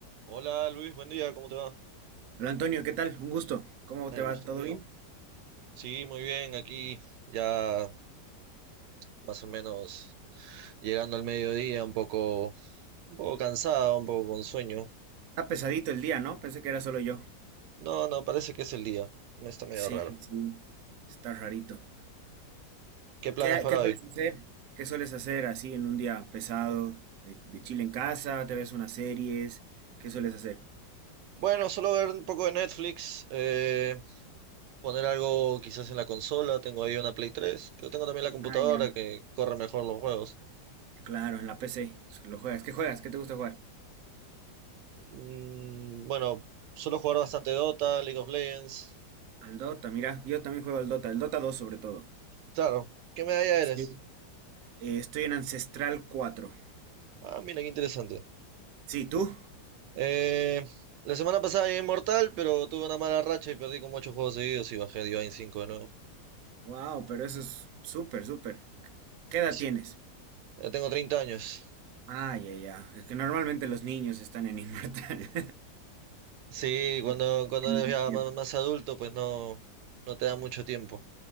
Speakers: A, on the right; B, on the right.
A: Hola Luis, buen día, ¿cómo te va?
B: Hola Antonio, ¿qué tal? Un gusto. ¿Cómo
A: El
B: te va?
A: gusto
B: ¿Todo
A: es mío.
B: bien?
A: Sí, muy bien, aquí ya más o menos llegando al mediodía, un poco, un poco cansado, un poco con sueño.
B: Está pesadito el día, ¿no? Pensé que era solo yo.
A: No, no, parece que es el día. Me está medio
B: Sí,
A: raro.
B: sí, está rarito.
A: ¿Qué planes
B: ¿Qué, ha-
A: para
B: qué sueles
A: hoy?
B: hacer? ¿Qué sueles hacer así en un día pesado? Eh, ¿De chile en casa? ¿Te ves unas series? ¿Qué sueles hacer?
A: Bueno, solo ver un poco de Netflix, eh, poner algo quizás en la consola. Tengo ahí una Play 3, pero tengo también la computadora
B: Ah, ya.
A: que corre mejor los juegos.
B: Claro, en la PC. Lo juegas. ¿Qué juegas? ¿Qué te gusta jugar?
A: Mm, bueno, suelo jugar bastante Dota, League of Legends.
B: Al Dota, mira. Yo también juego al Dota. El Dota 2 sobre todo.
A: Claro, ¿qué medalla
B: Sí.
A: eres?
B: Eh, estoy en Ancestral 4.
A: Ah, mira, qué interesante.
B: Sí, ¿tú?
A: Eh, la semana pasada llegué inmortal, pero tuve una mala racha y perdí como 8 juegos seguidos y bajé Divine 5 de nuevo.
B: Wow, pero eso es súper, súper. ¿Qué edad
A: Sí,
B: tienes?
A: ya tengo 30 años.
B: Ah, ya, ya. Es que normalmente los niños están en Inmortal.
A: Sí,
B: <laughs>
A: cuando, cuando
B: En
A: eres
B: más
A: ya
B: tiempo.
A: más, más adulto, pues no, no te da mucho tiempo.